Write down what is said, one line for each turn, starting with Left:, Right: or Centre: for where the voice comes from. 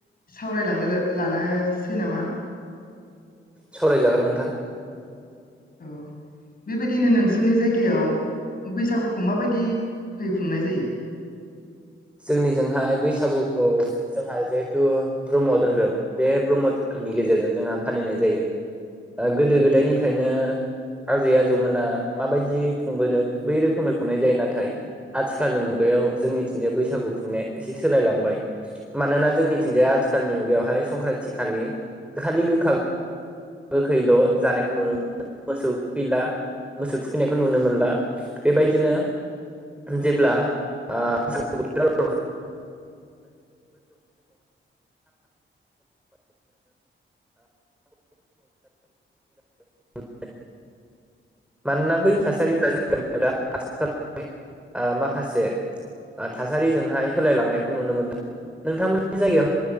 Left: सावरायलांनो लानोसै नामा?
Centre: सावरायजागोन नोंथां
Left: औ बेबायदिनो नोंसोरनि जायगायाव बैसागुखौ माबायदि है खुंनाय जायो।
Centre: जोंनिजोंहाय बैसागुखौ जोंहा जिहेथु ब्रह्म धोरोम बे ब्रह्म धोरोमनि गेजेरजों जोंहा फालिनाय जायो गोदो दा गोदायनिफ्रायनो आजै आजौमोना माबायदि खुंबोदों बै रोखोमै खुंनाय जायो नाथाय आथिखालनि मुगायाव जोंनिथिंजाय बैसागु बैसागु खुंनाया एसे सोलायलांबाय मानोना जोंनिथिंजाया आथिखालनि मुगायावहाय संक्रान्ति खालि खालि गोखा गोखैल' जानायखौ नुनो मोनो मोसौ थुखैला मोसौ थुखैनायखौ नुनो मोनला बेबायदिनो जेब्ला
Left: औ
Centre: आ <unintelligible> मानोना बै थासारिफ्रा जोंनि गामियाव दा माखासे थासारिजोंहाय होलायलांनायखौ नुनो मोनदों नोंथांमोननि जायगायाव